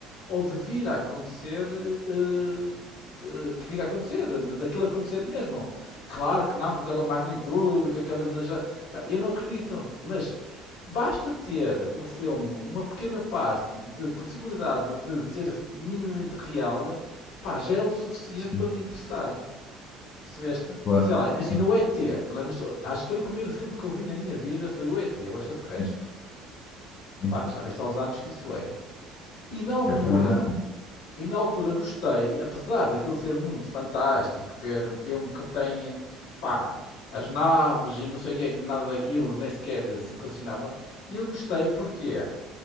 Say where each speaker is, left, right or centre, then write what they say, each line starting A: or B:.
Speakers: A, on the left; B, on the left.
A: ou de vir a acontecer, eh, eh, de vir a acontecer, daquilo acontecer mesmo. Claro que não com aquela magnitude, com aquela exagerada. Eu não acredito, mas basta ter o filme uma pequena parte de possibilidade de ser minimamente real, pá, já é o suficiente
B: sim,
A: para me interessar. Percebeste?
B: claro.
A: Sei lá, imagina
B: Sim,
A: o ET. Lembras-te? Acho que foi o primeiro filme que eu vi na minha vida, foi o ET, o extraterrestre.
B: sim, sim.
A: Pá, já viste há uns anos que isso é. E na altura,
B: Pois é, realmente, sim.
A: e na altura gostei, apesar daquilo ser muito fantástico, ver um filme que tenha, pá, as naves e não sei o que é, que nada daquilo nem sequer se equacionava. E eu gostei porquê?